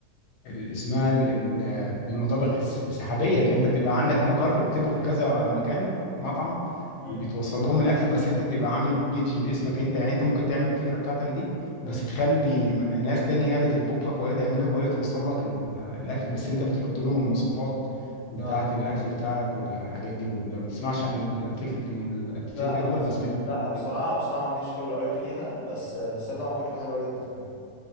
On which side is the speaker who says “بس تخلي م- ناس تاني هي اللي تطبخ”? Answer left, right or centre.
Left